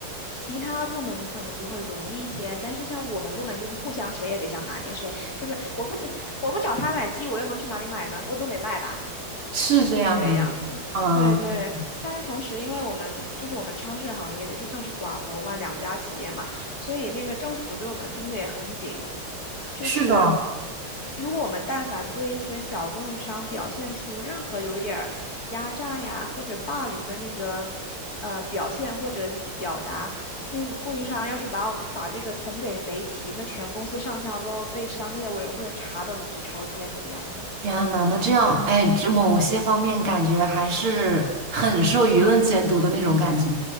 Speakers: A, on the left; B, on the right.
A: 其他部门可能就会容易一些，但是像我们部门就是互相谁也别想拿捏谁，就是我不找我不找他买鸡，我又能去哪里买呢？我总得卖吧。
B: 是这样哎，
A: 对，就是这个样子。
B: 嗯，
A: 对对，但是同时，因为我们就是我们超市行业就是算是寡头嘛，两家企业嘛，所以那个政府对我们盯得也很紧。就是
B: 是的，
A: 如果我们但凡对一些小供应商表现出任何有一点儿压榨呀或者霸凌的那个呃表现或者语表达，那个供应商要是把我们把这个捅给媒体，那全公司上下都要被商业委员会查的底朝天这个样子。
B: 天呐，那这样，哎，这某些方面感觉还是很受舆论监督的那种感觉。